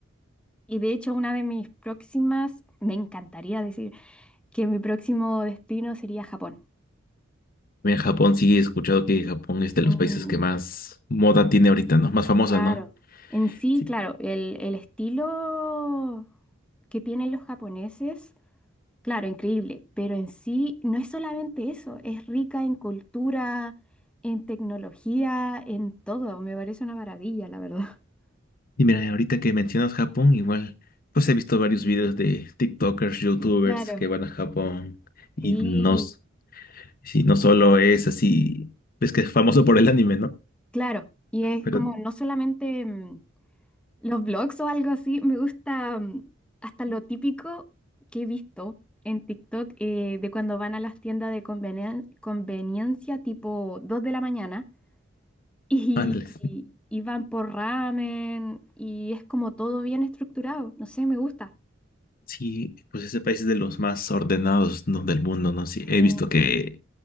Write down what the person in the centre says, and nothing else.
y de hecho una de mis próximas, me encantaría decir que mi próximo destino sería Japón.
Mm,
claro,
en sí,
claro, el el estilo que tienen los japoneses Claro, increíble, pero en sí no es solamente eso, es rica en cultura, en tecnología, en todo. Me parece una maravilla, la verdad. <laughs>
Claro,
sí,
claro. Y es
como no solamente mm, los blogs o algo así, me gusta mm, hasta lo típico que he visto en TikTok eh, de cuando van a las tiendas de conveni- conveniencia tipo 2 de la mañana y,
y van por ramen y es como todo bien estructurado. No sé, me gusta.
Sí,